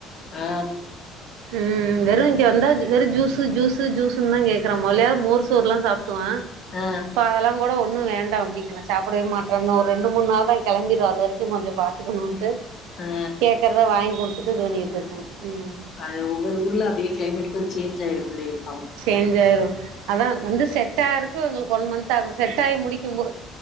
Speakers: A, on the left; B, on the right.
A: ஆ
B: ம் ம் வெறும் இங்க வந்தா வெறும் ஜூசு ஜூசு ஜூஸ் ட்டும்தா கேக்குற மோதலையாது மோர் சோறுல்லா சாப்டுவா
A: ஆ
B: இப்ப அதெல்லா கூட ஒண்ணு வேண்டா அப்டிங்கிற சாப்பிடவே மாட்ற ஒரு ரெண்டு மூணு நாள் தா கிளம்பிடுவ அது வரைக்கு கொஞ்ச பாத் துக்கணுன்ட்டு
A: ஆ
B: கேக்கறத வாங்கி குடுத்துட்டு இது பண்ணிட்டு இருக்க ம்
A: அது ஒவ்வரு ஊரல அப்டியே கிளைமேட் கு சேஞ்ச் ஆயிரும் புள்ளைக பாவோ
B: சேஞ்ச் ஆயிரு அதா வந்து செட்டாக எங்களுக்கு ஒன் மந்த் ஆகும் செட் ஆகி முடிக்கும்போது